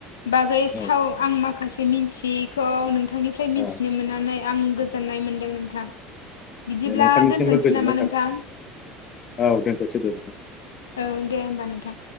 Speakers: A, on the left (about 70°); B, on the left (about 35°).
A: बागै साव
B: औ
A: आं माखासे मिथियैखौ नोंथांनिफ्राय मिथिनो
B: औ
A: मोननानै आं गोस गोजोननाय मोन्दों नोंथां बिदिब्ला
B: दे नोंथांनिसिमबो
A: दोन्थ'नोसै
B: गोजोननाय
A: नामा नोंथां?
B: औ दोनथ'सै दे।
A: ओं दे होमबा नोंथां।